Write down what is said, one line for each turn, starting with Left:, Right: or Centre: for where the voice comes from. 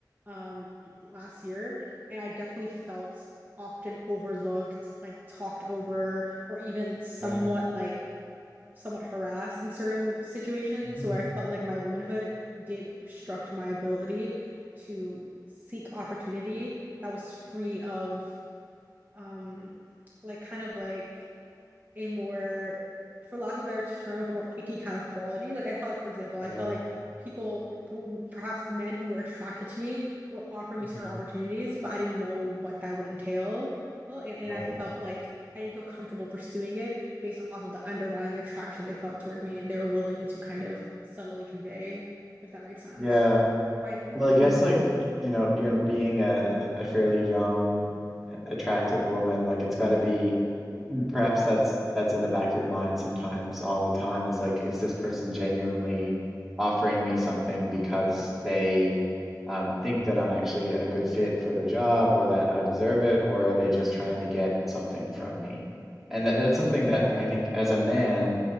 Right: um last year and I definitely felt often overlooked, like talked over or even somewhat
Centre: Right.
Right: like somewhat harassed in certain situations
Centre: Mm-hmm.
Right: where I felt like my womanhood did obstruct my ability to seek opportunity that was free of um like kind of like a more, for lack of a better term, like a more icky kind of quality. Like I felt like, for example, I
Centre: Yeah.
Right: felt like people, who- perhaps men who were attracted to me, were offering me
Centre: Mm-hmm.
Right: certain opportunities, but I didn't know what that would entail. Well, and, and
Centre: Right.
Right: I felt like I didn't feel comfortable pursuing it based off of the underlying attraction they felt toward me and they were willing to kind of subtly convey, if that makes sense.
Centre: Yeah.
Right: But I think,
Centre: Well, I guess
Right: mhm.
Centre: like y- you know, you know, being a, a a fairly young, a- attractive woman, like it's got to be mm, perhaps that's that's in the back of your mind sometimes, all the time is like, is this person genuinely offering me something because they um, think that I'm actually a good fit for the job or that I deserve it, or are they just trying to get something from me? And that, that's something
Right: Yeah.
Centre: that I think as a man,